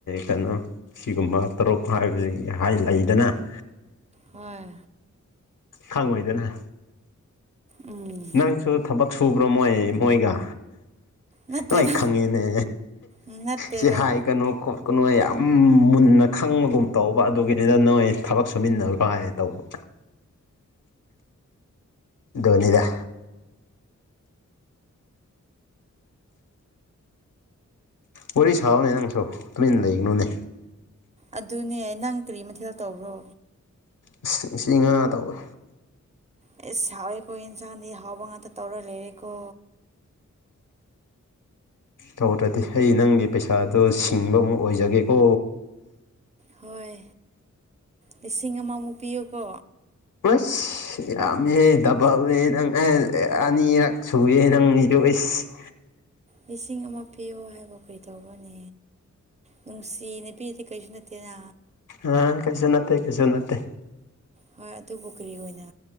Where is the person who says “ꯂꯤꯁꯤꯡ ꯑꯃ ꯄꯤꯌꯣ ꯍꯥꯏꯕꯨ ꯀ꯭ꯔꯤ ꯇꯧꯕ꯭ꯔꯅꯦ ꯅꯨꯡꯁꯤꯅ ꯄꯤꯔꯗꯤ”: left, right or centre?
Right